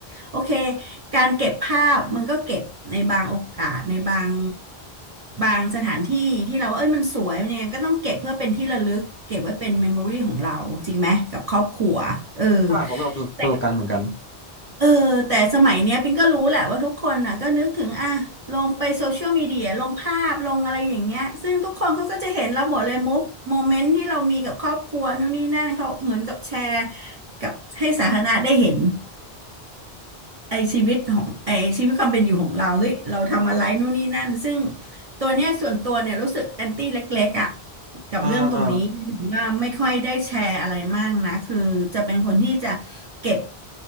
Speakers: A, on the right; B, on the left.
A: โอเค การเก็บภาพมันก็เก็บในบางโอกาสในบางบางสถานที่ที่เราว่าเอ้ยมันสวยมันยังไงมันก็ต้องเก็บเพื่อเป็นที่ระลึกเก็บไว้เป็นเมมโมรี่ของเราจริงไหมกับครอบครัวเออ
B: ใช่ผมก็ประสบประสบการณ์เหมือนกัน
A: แต่เออแต่สมัยเนี้ยปิงก็รู้แหละว่าทุกคนน่ะก็นึกถึงอ่ะลงไปโซเชียลมีเดียลงภาพลงอะไรอย่างเงี้ยซึ่งทุกคนเขาก็จะเห็นเราหมดเลยมุกโมเมนต์ที่เรามีกับครอบครัวนู่นนี่นั่นเขาเหมือนกับแชร์กับให้สาธารณะได้เห็น ไอชีวิตของไอชีวิตความเป็นอยู่ของเราเฮ้ยเราทำอะไรนู่นนี่นั่นซึ่งตัวเนี้ยส่วนตัวเนี่ยรู้สึกแอนตี้เล็กๆอ่ะกับเรื่องตรงนี้ถึงว่าไม่ค่อยได้แชร์อะไรมากนะคือจะเป็นคนที่จะ
B: อ่าอ่า
A: เก็บ